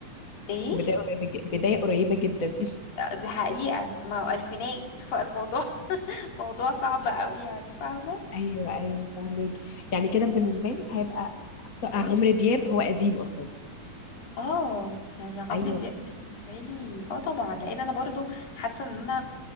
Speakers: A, on the left; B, on the left.
A: ايه
B: بدايه قريبه ج... بدايه قريبه جدا <laughs>
A: لا، دي حقيقه ما هو الفينات فالموضوع <laughs> موضوع صعب قوي يعني فاهمه
B: ايوه ايوه فاهمك يعني كده بالنسبه لك هيبقى ط- عمرو دياب هو قديم اصلا
A: اه يعني عمرو
B: ايوه
A: دياب بالنسبه لي اه طبعا لان انا برضو حاسه ان انا